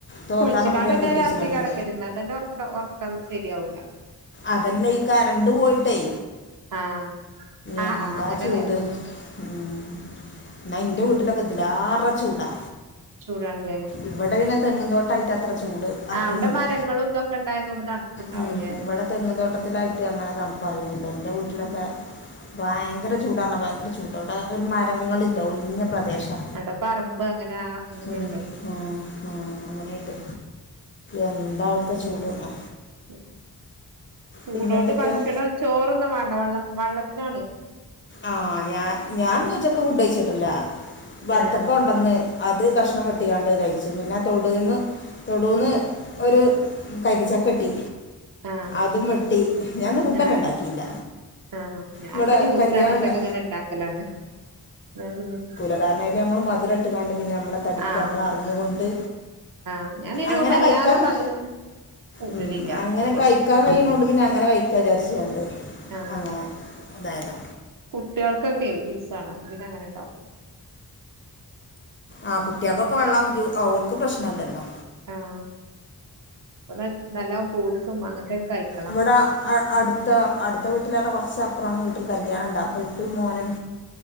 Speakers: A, on the left (about 30°); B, on the right (about 55°).
A: തോർത്താതെ
B: കുളിച്ചിക്കാണ്ട്ന്നെ
A: മുടിയാണ് കെട്ടിച്ച്
B: രാത്രി
A: കിടന്നു
B: കിടക്കല് ന്നാതന്നെ ഉറ ഉറക്കാന്ന് ശരിയാവുല
A: അതന്നെ ഈ കറണ്ട് പോയിട്ടേ
B: ആഹ് ആഹ്
A: എന്താ
B: ആഹ് അങ്ങനെല്ലേ
A: ചൂട് ഉം എന്നാ എന്റെ വീട്ടിലൊക്കെ ഇതിലാറെ ചൂടാ
B: ചൂടാണ്ലേ
A: ഇവിടെ പിന്നെ തെങ്ങുംന്തോട്ടമായിട്ട് അത്ര ചൂട് അറിയുന്നില്ല
B: ആഹ് അവിടെ മരങ്ങളു ന്തൊക്കെ ഉണ്ടായതോണ്ട് തണുപ്പ് ണ്ടാവൂലേ
A: ഉം ഇവിടെ തെങ്ങന്തോട്ടത്തിലായിട്ട് അങ്ങനെ തണുപ്പറിയുന്നുണ്ട് എൻ്റെ വീട്ടിലൊക്കെ
B: ഉം
A: ഭയങ്കര ചൂടാണ ഭയങ്കര ചൂടാ അവിടെ ഒരു മരങ്ങളില്ല
B: ഉം
A: ഒഴിഞ്ഞ പ്രദേശാ
B: അവടെ പറമ്പ് അങ്ങനെ അങ്ങനെയല്ലേ
A: ഉം ആഹ് ആഹ്
B: ഉം
A: അങ്ങനെട്ട് എന്താ അടുത്തെ ചൂട്ന്ന്
B: ഉ ചൂടോണ്ട്
A: പിന്നെന്തൊക്കെയാ
B: ഭക്ഷണം ചോറൊന്നും വേണ്ട വള്ളം വെള്ളത്തിനാണ്
A: ആഹ് ഞാൻ ഞാൻന്ന് ഉച്ചക്ക് ഫുഡഴിച്ചിട്ടില്ല ബത്തക്കെ
B: ആഹ്
A: ഉണ്ടന്ന് അത് കഷ്ണം വെട്ടിക്കാണ്ട് കഴിച്ച് പിന്നെ തൊടുന്ന് തൊടുന്ന് ഒര് കൈതച്ചക്ക കിട്ടി
B: ആഹ്
A: അതും വെട്ടി ഞൻന്ന് ഫുഡന്നെ
B: ആഹ്
A: ഉണ്ടാക്കിയില്ല
B: ആഹ് ഞാൻപ്പൊ
A: ഇവിടെ കല്യാണം
B: അങ്ങനത്തൊക്കെ
A: ഉണ്ടാ
B: ഇങ്ങനെ ഉണ്ടാക്കലാണ് പിന്നെ
A: കാരണതിൽ നമ്മൾ മധുര ഇട്ടുകാണ്ട് പിന്നെ നമ്മെ ടിക്ക
B: ആഹ്
A: നമ്മളറിഞ്ഞൊണ്ട്
B: ആഹ് ഞാനയ്ന്
A: അങ്ങനെ
B: വല്ലാതെ
A: കഴിക്കന്ന്
B: മധുരം കൂട്ടലില്ല
A: ഉം അങ്ങനെ
B: കൊറച്ച്
A: കഴിക്കാൻ കഴിയണണ്ട് പിന്നെ അങ്ങനെ കഴിക്കാ ജാർച്കാണ്ട്
B: ആഹ്
A: അങ്ങനെ അതായത
B: കുട്ടികൾക്കൊക്കെ ജൂസ്ണ് ഇങ്ങന അങ്ങനെ ഉണ്ടാവും
A: ആഹ് കുട്ടികൾക്കൊക്കെ വെള്ളം അവൾക്ക് പ്രശ്നംല്ലല്ലോ?
B: ആഹ് അടെ നല്ല ഫ്രൂട്ട്സും അങ്ങനത്തെയക്കെ കഴിക്ക
A: ഇവിടെ അടുത്ത് അടുത്ത വീട്ടിലടെ കൊർച്ചപ്പുറം വീട്ടിൽ കല്യാണണം ഉണ്ടപ്പ പി മോനും